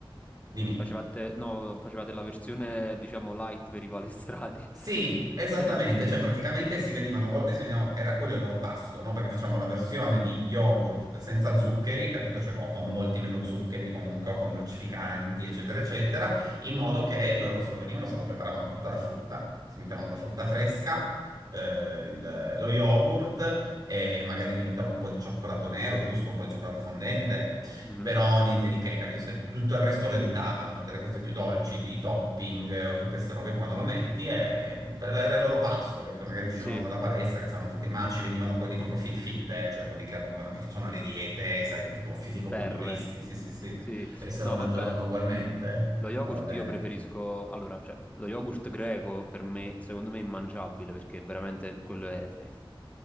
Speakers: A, on the right (about 45°); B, on the left (about 15°).
A: Dimmi.
B: facevate, no, facevate la versione diciamo light per i palestrati.
A: Sì, esattamente,
B: <laughs>
A: cioè praticamente si venivano, a volte si venivano, era quello il loro pasto, no? Perché facciamo la versione di yogurt senza zuccheri, capito? Cioè, o con molti meno zuccheri comunque, o con dolcificanti, eccetera, eccetera, in modo che loro se lo venivano, se lo preparavano con tutta la frutta, si mettevano la frutta fresca, eh, il- lo yogurt e magari gli mettevano un po' di cioccolato nero, giusto? Un po' di cioccolato fondente.
B: Mm.
A: Però niente di che, capito? Se tutto il resto lo evitavano, tutte le cose più dolci, i topping eh, o tutte queste robe qua non lo metti e per- era il loro pasto, capito? Magari uscivano
B: Sì.
A: dalla palestra che stavano fatti, ma ci venivano quelli proprio fit fit, eh, cioè quelli che avevano, che facevano le diete, sai, di tipo fisico-culturisti,
B: Ferre.
A: sì sì sì,
B: Sì,
A: e se
B: no,
A: lo mangiavano
B: vabbè.
A: ugualmente,
B: Lo
A: andava
B: yogurt
A: bene.
B: io preferisco, allora, cioè, lo yogurt greco per me, secondo me è immangiabile perché veramente quello è, è